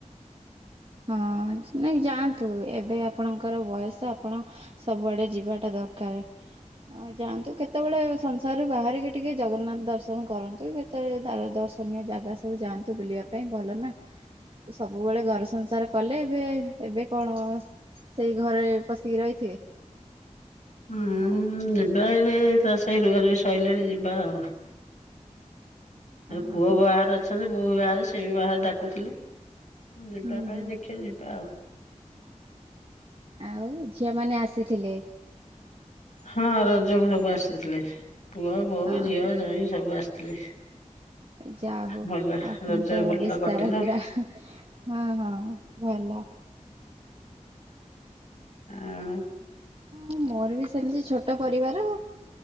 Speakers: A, on the right; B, on the left.
A: ହଁ ନାଇଁ ଯାଆନ୍ତୁ ଏବେ ଆପଣଙ୍କ ର ବୟସ ଆପଣ। ସବୁଆଡେ ଯିବାଟା ଦରକାର ‌। ଆଉ ଯାଆନ୍ତୁ କେତେବେଳେ ସଂସାରରୁ ବାହାରିକି ଟିକେ ଜଗନ୍ନାଥ ଦର୍ଶନ କରନ୍ତୁ। କେତେଳେ ତାର ଦର୍ଶନୀୟ ଜାଗା ସବୁ ଯାଆନ୍ତୁ ବୁଲିବା ପାଇଁ ଭଲ ନା ସବୁବେଳେ ଘର ସଂସା ର କଲେ ଏବେ ଏବେ କଣ ସେଇ ଘରେ ପଶିକି ରହିଥିବେ।
B: ହୁଁ
A: ହଉ
B: ଯିବା ଏଇଲେ ଏଇ ଚାଷ ଏଇ ରୁଆ ରୁଆ ସରିଲେ ଯିବା ଆଉ ‌। ପୁଅ
A: ଅ ହଁ
B: ବାହାରେ ଅଛନ୍ତି ବୋହୁ ବି ବାହାରେ ସେ ବି ବାହାରେ ଡାକୁଥିଲେ ଯିବା
A: ହୁଁ
B: ପାଇଁ
A: ହୁଁ।
B: ଦେଖେ ଖିବା ଜିବା ଆଉ।
A: ଆଉ ଝିଅମାନେ ଆସିଥିଲେ।
B: ହଁ ରଜକୁ ସବୁ ଆସିଥିଲେ ପୁଅ ବୋହୁ
A: ହଁ
B: ଝିଅ
A: ହଁ।
B: ଜ୍ବାଇଁ ସବୁ ଆସିଥିଲେ।
A: ଯା ହଉ
B: ଭଲ
A: ଆପଣଙ୍କର
B: ରଜ ଭଲ
A: ବିସ୍ତାର
B: କଟିଲା।
A: ପୁରା। ହଁ ହଁ ଭଲ।
B: ଆଉ।
A: ହୁଁ ମୋର ବି ସେମିତି ଛୋଟ ପରିବାର।